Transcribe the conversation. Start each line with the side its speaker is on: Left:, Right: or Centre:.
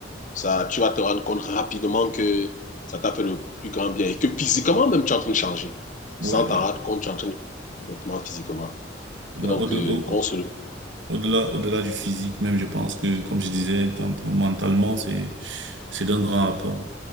Left: ça, tu vas te rendre compte rapidement que ça t'a fait le plus grand bien et que physiquement même tu es en train de changer.
Right: Ouais,
Left: Sans
Right: euh,
Left: t'en rendre compte, tu es en train de changer complètement physiquement.
Right: ouais,
Left: Donc,
Right: au de,
Left: euh,
Right: au,
Left: qu'on se...
Right: au-delà, au-delà du physique, même, je pense que, comme je disais tantôt, mentalement, c'est, c'est d'un grand apport.